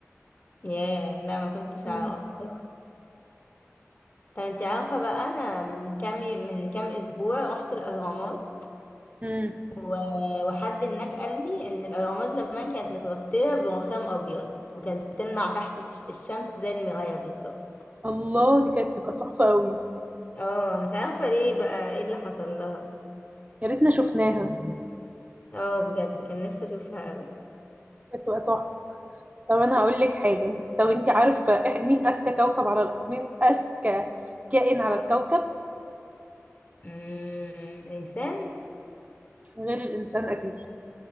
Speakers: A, on the left; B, on the right.
A: ياه لا ما كنتش
B: مم.
A: اعرف طب انت عارفة بقى انا من كام من كام اسبوع رحت الاهرامات
B: مم.
A: و- وحد هناك قال لي ان الاهرامات زمان كانت متغطية برخام ابيض وكانت بتلمع تحت الش- الشمس زي المراية بالظبط
B: الله دي كانت تبقى تحفة قوي
A: اه مش عارفة ليه بقى ايه اللي حصل لها
B: يا ريتنا شفناها
A: اه بجد كان نفسي اشوفها اوي
B: كانت تبقى تحفة طب أنا هقول لك حاجة طب أنت عارفة إح- مين أذكى كوكب على ال- مين أذكى كائن على الكوكب
A: مم، انسان
B: غير الإنسان أكيد